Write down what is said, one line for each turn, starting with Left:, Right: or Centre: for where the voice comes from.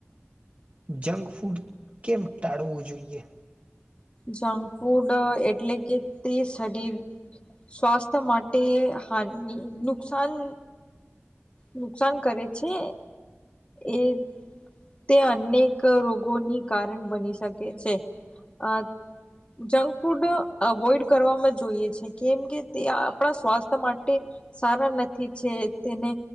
Right: જંક ફૂડ કેમ ટાળવું જોઈએ?
Left: જંક ફૂડ એટલે કે ત્રી શદી સ્વાસ્થ્ય માટે હાની નુકસાન નુકસાન કરે છે, એ તે અનેક રોગોની કારણ બની શકે છે. આ જંક ફુડ અવોઈડ કરવામાં જોઈએ છે કેમ કે તે આપણા સ્વાસ્થ્ય માટે સારા નથી છે, તેને